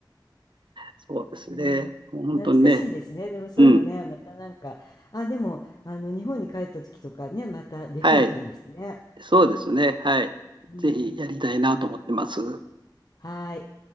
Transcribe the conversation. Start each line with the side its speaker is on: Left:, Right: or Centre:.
Right: そうですね。
Left: ねえ、
Right: 本当にね。
Left: 懐かしいですね。でもそういうのね、
Right: うん。
Left: またなんか、あ、でも、あの、日本に帰った時とかね、またできるといいですね。
Right: はい。そうですね。はい。
Left: うん、
Right: ぜひやりたいなと思ってます。
Left: はい。